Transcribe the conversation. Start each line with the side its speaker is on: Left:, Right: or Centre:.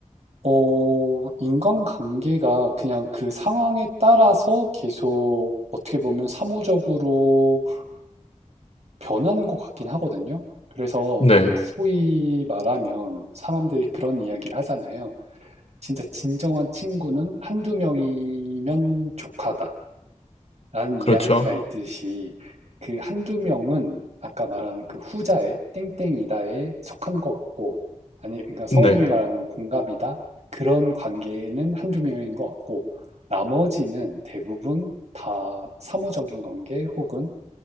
Right: 어, 인간관계가 그냥 그 상황에 따라서 계속 어떻게 보면 사무적으로 변하는 것 같긴 하거든요. 그래서
Left: 네,
Right: 소위 말하면 사람들이 그런 이야기를 하잖아요. 진짜 진정한 친구는 한두 명이면 족하다. 라는 이야기가
Left: 그렇죠.
Right: 있듯이 그 한두 명은 아까 말한 그 후자에 땡땡이다에 속하는 것 같고 아니 그러니까 성우님이
Left: 네.
Right: 말하면 공갑이다 그런 관계는 한두 명인 것 같고 나머지는 대부분 다 사무적인 관계 혹은